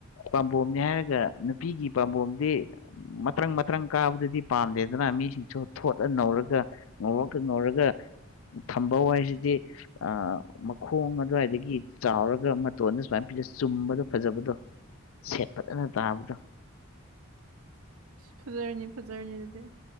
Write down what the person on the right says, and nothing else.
ꯑ ꯐꯖꯔꯅꯤ ꯐꯖꯔꯅꯤ ꯑꯗꯨꯗꯤ